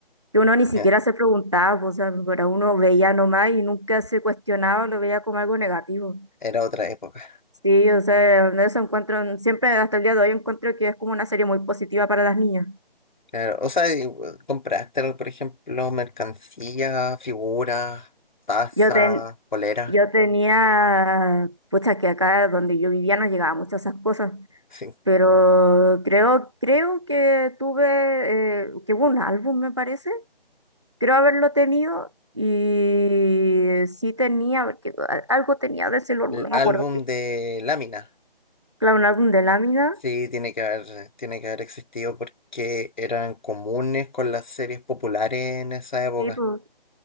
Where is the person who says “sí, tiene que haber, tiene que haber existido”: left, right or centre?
Left